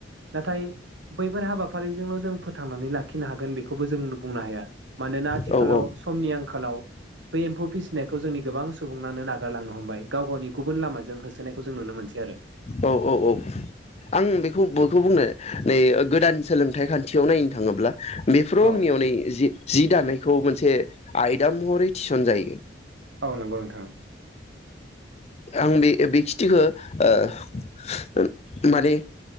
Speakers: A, on the right (about 85°); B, on the left (about 35°).
A: नाथाय बैफोर हाबाफारिजोंल' जों फोथांनानै लाखिनो हागोन बेखौबो जों बुंनो हाया मानोना आथिखालाव
B: औ औ औ
A: समनि आंखालाव बे एम्फौ फिसिनायखौ जोंनि गोबां सुबुंनानो नागारलांनो हमबाय गाव गावनि गुबुन लामाजों जों होसोनायखौ जों नुनो मोनसै आरो
B: औ औ औ आं बेखौ बोखौ बुंनो नै गोदान सोलोंथाइ खान्थियाव नायनो थाङोब्ला बेफोराव
A: औ
B: आंनियावनै जि जि दानायखौ मोनसे आयदा महरै थिसन जायो
A: औ नंगौ नोंथां
B: आं बे बे खिथिखौ ओ माने